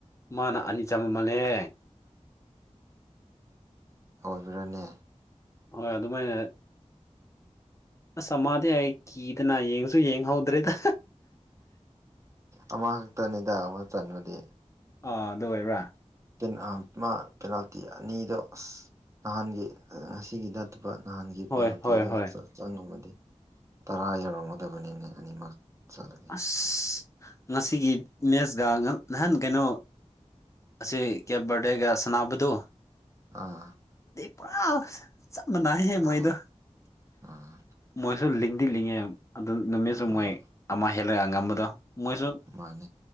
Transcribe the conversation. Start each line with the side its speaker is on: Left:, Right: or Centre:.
Left: ꯃꯥꯅ ꯑꯅꯤ ꯆꯪꯕ ꯃꯥꯜꯂꯦꯍꯦ
Right: ꯑꯣꯏꯕ꯭ꯔꯅꯦ
Left: ꯍꯣꯏ ꯑꯗꯨꯃꯥꯏꯅ ꯑꯁ ꯑꯃꯗꯤ ꯑꯩ ꯀꯤꯗꯅ ꯌꯦꯡꯁꯨ ꯌꯦꯡꯍꯧꯗ꯭ꯔꯦꯗ
Right: ꯑꯃ ꯈꯛꯇꯅꯤꯗ ꯃꯅ ꯆꯟꯕꯗꯤ
Left: ꯑꯥ ꯑꯗꯨ ꯑꯣꯏꯕ꯭ꯔꯥ
Right: ꯄꯦꯅꯥꯜ ꯃꯥ ꯄꯦꯅꯥꯜꯇꯤ ꯑꯅꯤꯗꯣ ꯑꯁ ꯅꯍꯥꯟꯒꯤ ꯉꯁꯤꯒꯤ ꯅꯠꯇꯕ ꯅꯍꯥꯟꯒꯤ
Left: ꯍꯣꯏ
Right: ꯄꯦꯅꯥꯜꯇꯤꯗ
Left: ꯍꯣꯏ ꯍꯣꯏ
Right: ꯆꯪꯉꯝꯗꯤ ꯇꯔꯥ ꯌꯧꯔꯝꯒꯗꯕꯅꯤꯅꯦ ꯑꯅꯤꯃꯛ ꯆꯠꯂꯗꯤ
Left: ꯑꯁ ꯉꯁꯤꯒꯤ ꯃꯦꯁꯒ ꯅꯍꯥꯟ ꯀꯩꯅꯣ ꯑꯁꯤ ꯀ꯭ꯔꯦꯞ ꯕꯔꯗꯦꯒ ꯁꯅꯥꯕꯗꯨ
Right: ꯑꯥ
Left: ꯄꯨꯔꯥ ꯆꯞ ꯃꯥꯟꯅꯩꯍꯦ ꯃꯣꯏꯗꯣ
Right: ꯑꯥ ꯑꯥ
Left: ꯃꯣꯏꯁꯨ ꯂꯤꯡꯗꯤ ꯂꯤꯡꯉꯦ ꯑꯗꯨ ꯅꯨꯃꯤꯠꯁꯨ
Right: ꯑꯥ
Left: ꯃꯣꯏ ꯑꯃ ꯍꯦꯜꯂꯛꯒ ꯉꯝꯕꯗꯣ ꯃꯣꯏꯁꯨ
Right: ꯃꯥꯅꯤ